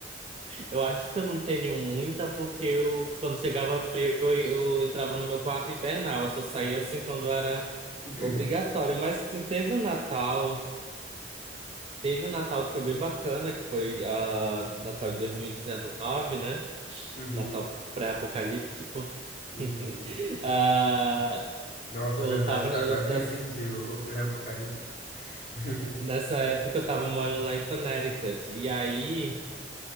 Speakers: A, on the right; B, on the left.
A: Eu acho que eu não tenho muita, porque eu, quando chegava frio, eu, eu entrava no meu quarto e hibernava. Só saía assim quando era
B: <laughs>
A: obrigatório. Mas te- teve um Natal, teve um Natal que foi bem bacana, que foi ah, Natal de 2019, né?
B: Uhum.
A: Natal pré-apocalíptico.
B: Uhum.
A: <laughs> Ah,
B: Nossa,
A: eu
B: é verdade,
A: tava,
B: tá?
A: em- eu,
B: Agora que
A: nessa,
B: eu entendi o, o pré apocalipse <laughs>
A: nessa época eu tava morando lá em Connecticut. E aí,